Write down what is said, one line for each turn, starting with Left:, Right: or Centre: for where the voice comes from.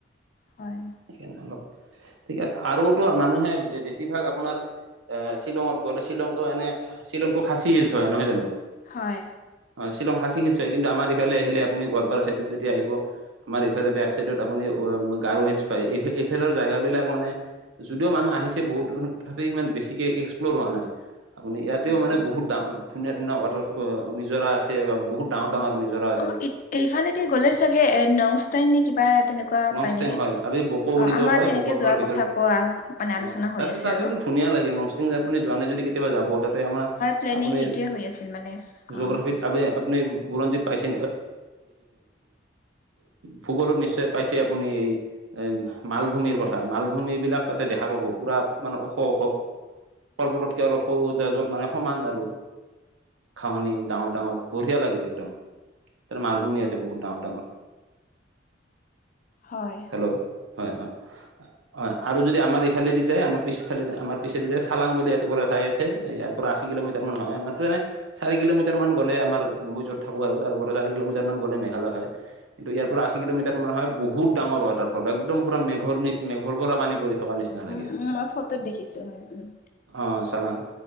Left: হয়।
Right: সেইকাৰণে অলপ আৰু তো মানুহে বেছিভাগ আপোনাৰ এ শ্বিলঙত গ'লে শ্বিলংটো এনে শ্বিলংটো খাচী শিলচ হয় নহয় জানো?
Left: হয়।
Right: অ' শ্বিলং খাচী শিলচ হয় কিন্তু আমাৰ ইফালে আহিলে আপুনি গোৱালপাৰা চাইডত যদি আহিব আমাৰ এইফালে বেক চাইডত আপুনি গাৰো হিলচ পায়, এইফালৰ জেগাবিলাক মানে যদিও মানুহ আহিছে বহুত, তথাপিও ইমান বেছিকে এক্সপ্লৰ হোৱা নাই। আপুনি এতিয়াও
Left: হুম
Right: মানে বহুতা ধুনীয়া ধুনীয়া ৱাটাৰ ফল নিজৰা আছে, বা বহুত ডাঙৰ ডাঙৰ নিজৰা আছে।
Left: অ' এইফালেদি গ'লে চাগে নংষ্টাইন নে কিবা তেনেকুৱা
Right: নংষ্টেং
Left: পায় নেকি?
Right: হয় আমি বকো বুলি
Left: অ' আমাৰ
Right: যে কয়
Left: তেনেকে
Right: বকৰ
Left: যোৱা
Right: পৰা ভিতৰত
Left: কথা কোৱা মানে
Right: অ
Left: আলোচনা
Right: তাতে
Left: হৈ আছে
Right: তাতেতো
Left: আৰু।
Right: ধুনীয়া লাগে, নংষ্টিং আপুনি যোৱা নাই যদি কেতিয়বা যাব। তাত তাতে আমাৰ
Left: প্লেনিং
Right: আপুনি
Left: সেইটোৱে হৈ আছিল মানে অ
Right: জগ্ৰাফিত আপ আপুনি বুৰঞ্জীত পাইছে ভূগোলত নিশ্চয় পাইছে। আপুনি এই এ মালভূমিৰ কথা, মালভূমি বিলাক তাতে দেখা পাব পুৰা। মানে ওখ ওখ পৰ্বততকে অলপ সৰু মাজত মানে সমান আৰু। ঘাঁহনিৰ। ডাঙৰ ডাঙৰ বঢ়িয়া লাগে একদম, তাৰ মালভূমি আছে বহুত ডাঙৰ ডাঙৰ।
Left: হয়
Right: হেল্ল' হয়, হয়। হয়। আৰু যদি আমাৰ ইফালেদি যায় আমাৰ পিচফালেদি আমাৰ পিচেদি যায়, চালাং বুলি এটুকুৰা ঠাই আছে। পুৰা আশী কিলোমিটাৰ মান হয়। আমাৰটো এনেই চাৰি কিলোমিটাৰ মান গ'লে আমাৰ, মই য'ত থাকো আৰু তাৰ পৰা চাৰি কিলোমিটাৰ মান গ'লে মেঘালয় হয়। কিন্তু ইয়াৰ পৰা আশী কিলোমিটাৰ মানে হয়, বহুত ডাঙৰ ৱাটাৰফল একদম পুৰা মেঘৰ নি মেঘৰ পৰা পানী পৰি থা থকাৰ নিচিনা লাগে
Left: উম
Right: আৰু,
Left: উম মই ফটোত দেখিছো হয় উম
Right: অঁ চালাং।